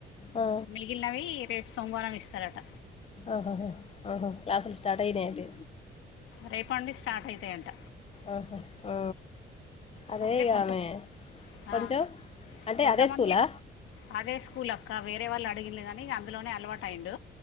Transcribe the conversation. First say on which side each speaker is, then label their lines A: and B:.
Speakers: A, on the left (about 30°); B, on the left (about 85°).
A: ఆ
B: మిగిలినవి రేప్ సోమవారం ఇస్తరట.
A: ఆహా ఆహా క్లాసెస్ స్టార్ట్ అయినై అయితే
B: రేపట్ నుండి స్టార్ట్ అయితయంట.
A: ఆహా ఆ అదే
B: అయితే
A: ఇగ
B: కొంత
A: ఆమె కొంచం
B: ఆ
A: అంటే
B: కొంతమంది
A: అదే స్కూలా
B: అదే స్కూల్ అక్క వేరే వాళ్ళు అడిగిన్లు గని ఇగ అందులోనే అలవాటైండు.